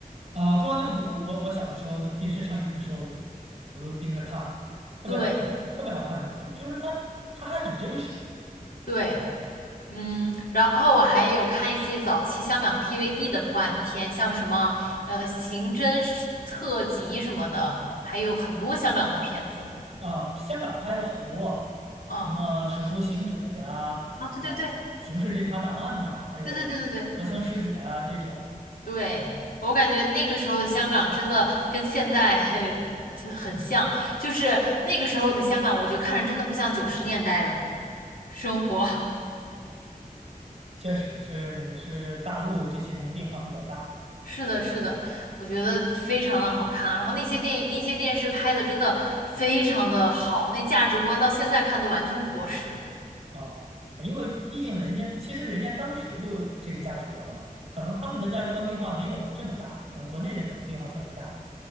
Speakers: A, on the right; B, on the left.
A: 啊，呃《重案六组》我我小的时候电视上演的时候，我都我都盯着看，特别好看，
B: 对
A: 特别好看那个剧，就是它它还很真实
B: 对，嗯，然后我还有看一些早期香港 TVB 的破案片，像什么呃刑侦特辑什么的，还有很多香港的片子。
A: 啊。香港拍了好多，
B: 嗯。
A: 什么《使徒行者》呀，
B: 啊，对对对
A: 呃，《刑事侦查档案》呐，还有《荷枪师姐》啊这种，
B: 对对对对对对，我感觉那个时候的香港真的跟现在很很像，就是那个时候的香港，我觉得看着真的不像九十年代的生活。<laughs>
A: 确实是是大陆这些年变化比较大
B: 是的，是的，我觉得非常的好看。然后那些电影、那些电视拍的真的非常的好，那价值观到现在看都完全不过时。
A: 啊，因为毕竟人家其实人家当时就这个价值观了，可能他们的价值观变化没有这么大，而国内的可能变化特别大。